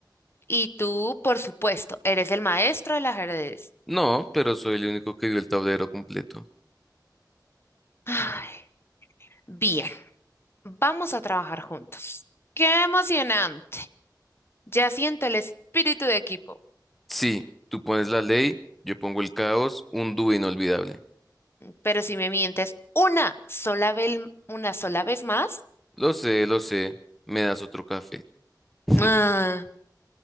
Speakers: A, on the left (about 30°); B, in the centre.
A: Y tú, por supuesto, eres el maestro del ajedrez.
B: No, pero soy el único que vio el tablero completo.
A: Ay, bien, vamos a trabajar juntos. ¡Qué emocionante! Ya siento el espíritu de equipo.
B: Sí, tú pones la ley, yo pongo el caos, un dúo inolvidable.
A: Pero si me mientes una sola vez, una sola vez más,
B: Lo sé, lo sé, me das otro café. <laughs>
A: ah,